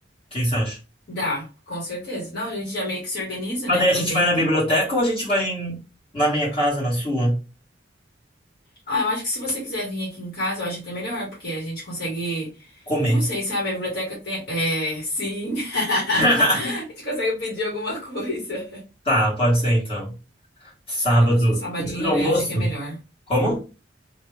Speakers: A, on the left; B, on the left.
A: que que você acha?
B: Dá, com certeza. Não, a gente já meio que se organiza,
A: Mas
B: né?
A: daí
B: Aproveita.
A: a gente vai na biblioteca ou a gente vai em- na minha casa, na sua,
B: Ah, eu acho que se você quiser vir aqui em casa, eu acho até melhor, porque a gente consegue.
A: comer?
B: Não sei, sabe? A biblioteca tem. É, sim. <laughs>
A: <laughs>
B: A gente consegue pedir alguma coisa.
A: Tá, pode ser então. Sábado,
B: Né? Pra ser um sabadinho,
A: depois do almoço?
B: né? Acho que é melhor.
A: Como?